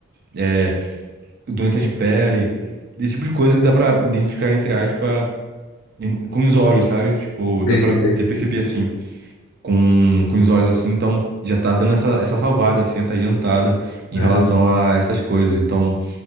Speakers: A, on the right; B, on the left.
A: é, doença de pele, esse tipo de coisa que dá para identificar, entre aspas, em- com os olhos, sabe? Tipo, dá
B: sei,
A: para
B: sei,
A: você
B: sei.
A: perceber, assim com, com os olhos assim, então já tá dando essa, essa salvada, assim, essa adiantada em
B: Caramba,
A: relação a essas coisas. Então,